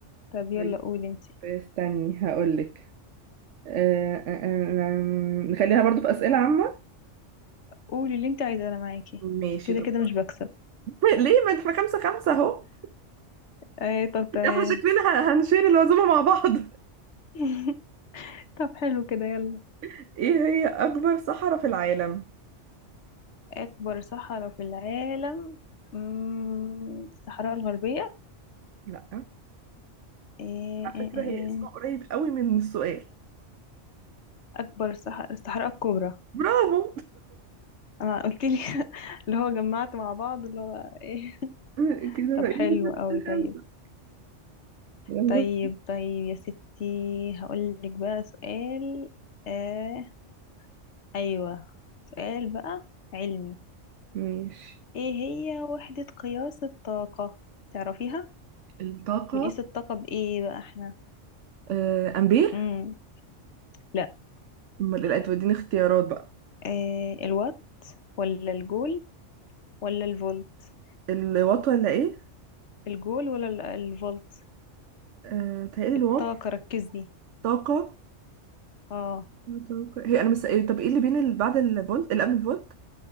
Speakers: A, on the left; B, on the right.
A: طب يلا
B: طيب
A: قولي انتي
B: استني هقولك أه أه أه نخلينا برضو في أسئلة عامة
A: قولي اللي انت عايزاه انا معاكي
B: ماشي
A: كده
B: طب
A: كده مش بكسب
B: <laughs> ليه ما احنا خمسة خمسة اهو
A: ايه طب تمام
B: احنا شكلنا ه- هنشير العزومة مع بعض
A: <laughs> طب حلو كده يلا
B: <laughs> ايه هي أكبر صحراء في العالم؟
A: أكبر صحراء في العالم مم، الصحراء الغربية
B: لا
A: إيه
B: على
A: إيه
B: فكرة
A: إيه.
B: هي اسمها
A: إيه.
B: قريب قوي من السؤال
A: أكبر صحراء الصحراء الكبرى
B: برافو
A: أنا قلت لي <laughs> اللي هو جمعت مع بعض اللي هو إيه
B: <laughs> كده
A: طب
B: بقينا
A: حلو
B: ستة
A: قوي طيب
B: خمسة يلا
A: طيب طيب يا ستي هقول لك بقى سؤال آه أيوة سؤال بقى علمي
B: ماشي
A: إيه هي وحدة قياس الطاقة تعرفيها
B: الطاقة
A: بنقيس الطاقة بإيه بقى إحنا
B: آه، أمبير
A: مم. لا
B: أمال إيه؟ لا توديني اختيارات بقى
A: إيه الوات ولا الجول ولا الفولت
B: الوات ولا ايه
A: الجول ولا ال- الفولت
B: آه تهيألي الوات
A: الطاقة ركزي
B: طاقة
A: اه
B: طاقة هي انا مس... إيه طب ايه اللي بين اللي بعد الفولت اللي قبل الفولت